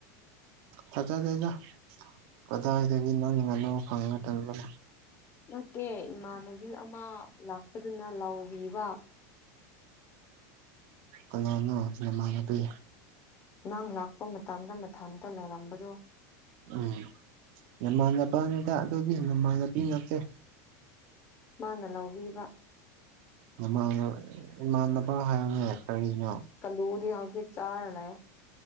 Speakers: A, on the right; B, on the left.
A: ꯊꯖꯗꯦꯗ ꯀꯗꯥꯋꯥꯏꯗꯒꯤ ꯅꯪ ꯉꯅꯨ ꯐꯪꯉꯒꯇꯕꯅꯦ
B: ꯅꯠꯇꯦ ꯏꯃꯥꯟꯅꯕꯤ ꯑꯃ ꯂꯥꯛꯄꯗꯨꯅ ꯂꯥꯎꯕꯤꯕ
A: ꯀꯅꯥꯅꯣ ꯅꯃꯅꯕꯤ
B: ꯅꯪ ꯂꯥꯛꯄ ꯃꯇꯝꯗ ꯃꯊꯟꯇ ꯂꯩꯔꯝꯕꯗꯨꯣ
A: ꯎꯝ ꯅꯃꯥꯟꯕꯅꯤꯗ ꯑꯗꯨꯣꯗꯤ ꯅꯃꯥꯟꯗꯕꯤ ꯅꯠꯇꯦ
B: ꯃꯥꯅ ꯂꯧꯕꯤꯕ
A: ꯅꯥꯃꯥꯅꯕ ꯏꯃꯥꯟꯅꯕ ꯍꯥꯏꯔꯅꯦ ꯀꯔꯤꯅꯣ
B: ꯀꯥꯂꯨꯗꯤ ꯍꯧꯖꯤꯛ ꯆꯥꯔ ꯂꯩꯌꯦ